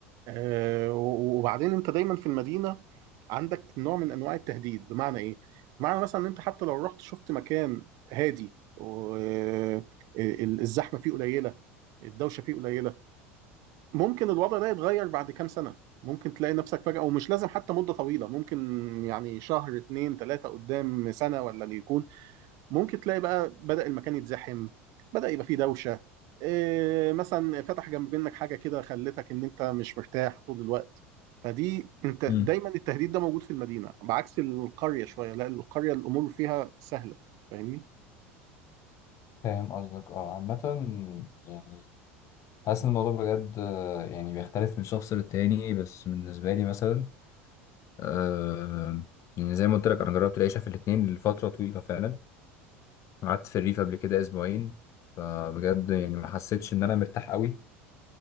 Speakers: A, on the right; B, on the left.
A: آه، و- وبعدين انت دايما في المدينه عندك نوع من انواع التهديد بمعنى ايه؟ بمعنى مثلا ان انت حتى لو رحت شفت مكان هادي و- آه، ال- الزحمه فيه قليله الدوشه فيه قليله ممكن الوضع ده يتغير بعد كام سنه ممكن تلاقي نفسك فجاه ومش لازم حتى مده طويله ممكن يعني شهر اتنين تلاته قدام سنه ولا اللي يكون ممكن تلاقي بقى بدأ المكان يتزحم بدأ يبقى فيه دوشة إيه مثلا فتح جنب منك حاجة كده خلتك ان انت مش مرتاح طول الوقت فدي انت دايما
B: امم
A: التهديد ده موجود في المدينة بعكس القرية شوية لا القرية الأمور فيها سهلة فاهمني
B: فاهم قصدك اه عامة يعني حاسس ان الموضوع بجد آه، يعني بيختلف من شخص للتاني بس بالنسبة لي مثلا آه يعني زي ما قلت لك أنا جربت العيشة في الاتنين لفترة طويلة فعلا قعدت في الريف قبل كده اسبوعين فبجد يعني ما حسيتش ان انا مرتاح قوي